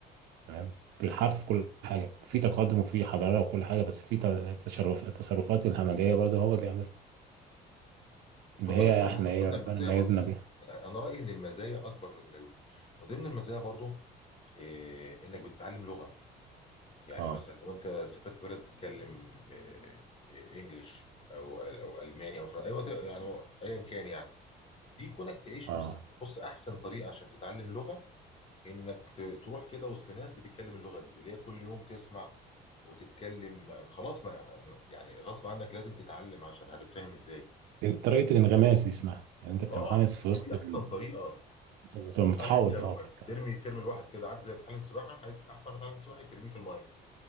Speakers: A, on the right; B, on the left.
A: تمام بالحرف كل حاجه في تقدم وفي حضاره وكل حاجه بس في ت- تشرف التصرفات الهمجيه برضه هو اللي بيعملها اللي
B: خد بالك
A: هي
B: برضه
A: احنا
B: من
A: ايه
B: ضمن
A: ربنا
B: المزايا
A: ميزنا
B: برضه
A: بيها
B: يعني انا رايي ان المزايا اكبر من العيوب من ضمن المزايا برضه آه، انك بتتعلم لغه يعني
A: اه
B: مثلا لو انت سافرت بلد بتتكلم آه، آه، انجليش او او الماني او فرنسي ايوه يعني ايا كان يعني دي كونك تعيش
A: اه
B: وسط بص احسن طريقه عشان تتعلم لغه انك ت- تروح كده وسط ناس بتتكلم اللغه دي اللي هي كل يوم تسمع وتتكلم خلاص ما يعني غصب عنك لازم تتعلم عشان هتتفاهم ازاي
A: طريقه الانغماس دي اسمها يعني انت بتنغمس
B: اه
A: في وسط
B: هي دي
A: ال...
B: احسن طريقه
A: بتبقى متحوط
B: تتعلم بيها لغه
A: اه بتتكلم
B: ترمي ترمي الواحد كده عارف زي اللي بتتعلم سباحه عايز احسن واحد يتعلم سباحه ترميه في الميه